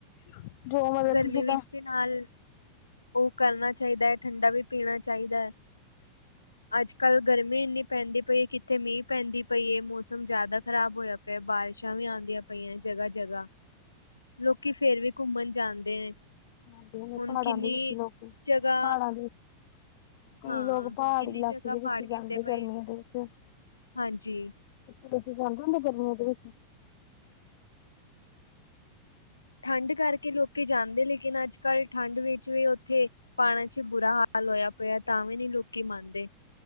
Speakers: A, on the left (about 50°); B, on the left (about 80°).
A: <unintelligible>
B: ਗਰਮੀ
A: ਜਿੱਦਾਂ
B: ਵਿੱਚ ਦੇ ਨਾਲ ਉਹ ਕਰਨਾ ਚਾਹੀਦਾ ਹੈ ਠੰਡਾ ਵੀ ਪੀਣਾ ਚਾਹੀਦਾ ਹੈ। ਅੱਜ ਕੱਲ ਗਰਮੀ ਇੰਨੀ ਪੈਂਦੀ ਪਈ ਕਿੱਥੇ ਮੀਂਹ ਪੈਂਦੀ ਪਈ ਏ ਮੌਸਮ ਜਿਆਦਾ ਖ਼ਰਾਬ ਹੋਇਆ ਬਾਰਿਸ਼ਾਂ ਵੀ ਆਉਂਦੀਆਂ ਪਈਆਂ ਜਗ੍ਹਾ ਜਗ੍ਹਾ ਲੋਕੀ ਫੇਰ ਵੀ ਘੁੰਮਣ ਜਾਂਦੇ ਨੇ।
A: ਜਾਂਦੇ ਨੇ
B: ਹੁਣ
A: ਪਹਾੜਾਂ
B: ਕਿੰਨੀ
A: ਦੇ ਵਿੱਚ ਲੋਕ
B: ਜਗ੍ਹਾ
A: ਪਹਾੜਾਂ ਦੇ ਵਿੱਚ ਕਈ
B: ਹਾਂ
A: ਲੋਕ ਪਹਾੜੀ
B: ਕਿੰਨੀ
A: ਇਲਾਕੇ
B: ਜਗ੍ਹਾ
A: ਦੇ ਵਿੱਚ
B: ਪਾੜ
A: ਜਾਂਦੇ
B: ਕੀਤੇ ਪਏ
A: ਗਰਮੀਆਂ ਦੇ ਵਿੱਚ
B: ਹਾਂਜੀ
A: ਤੁਸੀ ਕੀਤੇ ਜਾਂਦੇ ਹੁੰਦੇ ਗਰਮੀਆਂ ਦੇ ਵਿੱਚ
B: ਠੰਢ ਕਰਕੇ ਲੋਕ ਜਾਂਦੇ ਲੇਕਿਨ ਅੱਜ ਕੱਲ੍ਹ ਠੰਡ ਵਿੱਚ ਵੀ ਉੱਥੇ ਪਹਾੜਾ ਚ ਬੁਰਾ ਹਾਲ ਹੋਇਆ ਪਇਆ ਤਾਂ ਵੀ ਨੀ ਲੋਕੀ ਮੰਨਦੇ।